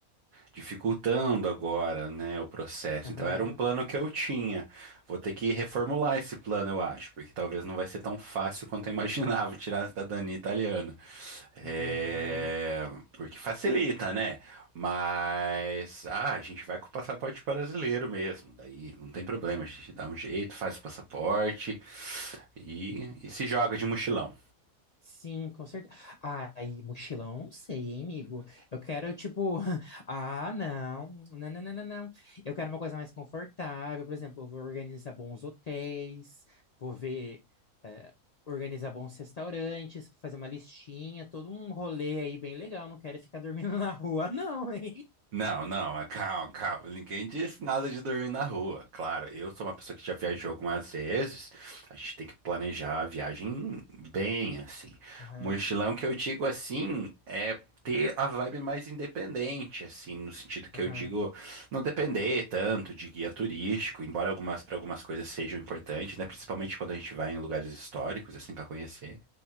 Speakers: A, on the right (about 70°); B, on the left (about 75°).
A: dificultando agora, né, o processo.
B: Aham,
A: Então era um plano que eu tinha. Vou ter que reformular esse plano, eu acho, porque talvez não vai ser tão fácil quanto eu <laughs> imaginava tirar a cidadania italiana. É,
B: entendi.
A: porque facilita, né? Mas ah, a gente vai com o passaporte brasileiro mesmo. Daí não tem problema, a gente dá um jeito, faz o passaporte e, e se joga de mochilão.
B: Sim, com certeza. Ai, mochilão, não sei, hein, amigo? Eu quero, tipo, <laughs> ah, não, não, não, não, não, não. Eu quero uma coisa mais confortável, por exemplo, eu vou organizar bons hotéis, vou ver, eh, organizar bons restaurantes, fazer uma listinha, todo um rolê aí bem legal. Não quero ficar dormindo <laughs> na rua, não, hein?
A: Não, não, ah, calma, calma. Ninguém disse nada de dormir na rua. Claro, eu sou uma pessoa que já viajou algumas vezes. A gente tem que planejar a viagem bem, assim.
B: Aham,
A: Mochilão que eu digo assim é ter a vibe mais independente, assim, no sentido que
B: aham,
A: eu digo não depender tanto de guia turístico, embora algumas para algumas coisas sejam importantes, né? Principalmente quando a gente vai em lugares históricos, assim, para conhecer.